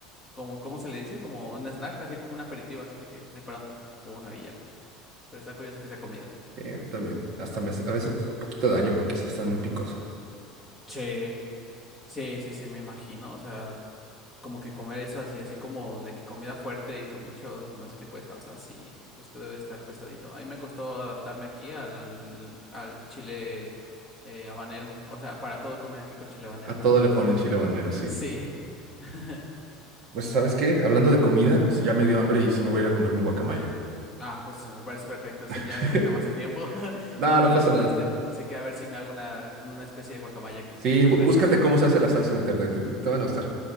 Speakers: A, in the centre; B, on the right.
A: como, ¿cómo se le dice? Como un snack, así como un aperitivo, así de que de pronto, uno y ya. Pero está curioso que sea comida.
B: Sí, a mí también. Hasta me hace-
A: Ujú.
B: a veces me hace un poquito de daño porque sí están muy picosas.
A: Sí, sí, sí, sí, me imagino. O sea, como que comer eso así, así como de que comida fuerte y con mucho, como ese tipo de salsa, sí, esto debe estar pesadito. A mí me costó adaptarme aquí al, al, al chile eh, habanero. O sea, para todo comen aquí con chile habanero.
B: A todo le
A: Y
B: ponen
A: sí.
B: chile habanero, sí.
A: Sí. <laughs>
B: Pues, ¿sabes qué? Hablando de comida,
A: Ujú.
B: pues, ya me dio hambre y sí me voy a ir a comer mi guacamaya.
A: Ah, pues me parece perfecto. Sí,
B: <laughs>
A: ya no te quito más tu tiempo <laughs>
B: No,
A: y
B: no
A: me la
B: pasa
A: antojaste.
B: nada.
A: Así que a ver si me hago una, una especie de guacamaya aquí.
B: Sí,
A: Muchas
B: bú-
A: gracias.
B: búscate cómo se hace la salsa en internet. Te te van a gustar.